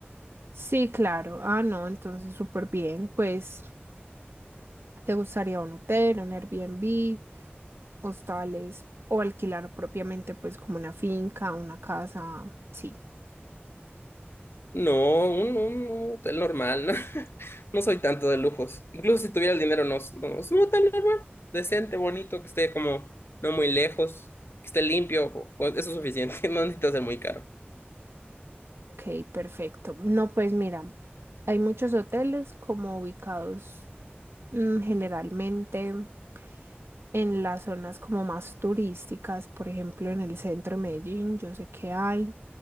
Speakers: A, on the right (about 75°); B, on the left (about 70°).
A: Sí, claro, ah, no, entonces súper bien, pues. ¿Te gustaría un hotel, un Airbnb, hostales o alquilar propiamente pues como una finca, una casa? Sí,
B: No, un, un hotel normal, ¿no? <laughs> No soy tanto de lujos. Incluso si tuviera el dinero, no, no. no Es un hotel normal, decente, bonito, que esté como no muy lejos, que esté limpio, o- o- eso es suficiente, <laughs> no necesita ser muy caro.
A: ok, perfecto. No, pues mira, hay muchos hoteles como ubicados mm, generalmente en las zonas como más turísticas, por ejemplo en el centro de Medellín, yo sé que hay.